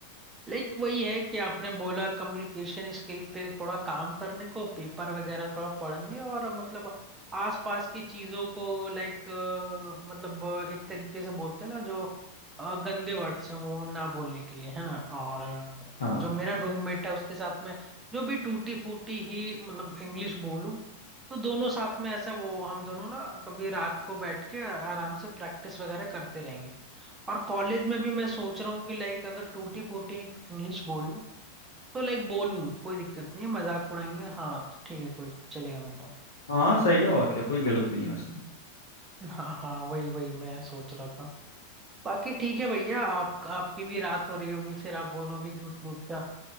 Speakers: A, on the right; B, on the left.
A: लाइक वही है कि आपने बोला कम्युनिकेशन स्किल पे थोड़ा काम करने को पेपर वगैरह थोड़ा पढ़ने और मतलब आसपास की चीजों को लाइक मतलब अ, मतलब एक तरीके से बोलते हैं ना जो अ, गंदे वर्ड्स हैं वो ना बोलने के लिए है ना और अ,
B: हाँ
A: जो मेरा रूममेट है उसके साथ में जो भी टूटी फूटी ही मतलब इंग्लिश बोलूं तो दोनों साथ में ऐसा वो हम दोनों ना कभी रात को बैठ के आराम से प्रैक्टिस वगैरह करते रहेंगे और कॉलेज में भी मैं सोच रहा हूँ कि लाइक अगर टूटी फूटी इंग्लिश बोलूं तो लाइक बोलूं कोई दिक्कत नहीं है मजाक उड़ाएंगे हाँ ठीक है कोई चलेगा मेरे को
B: हाँ सही है और क्या कोई गलत नहीं है उसमें
A: हाँ हाँ वही वही मैं सोच रहा था बाकी ठीक है भैया आप आपकी भी रात हो रही होगी फिर आप बोलोगे झूठ मूठ का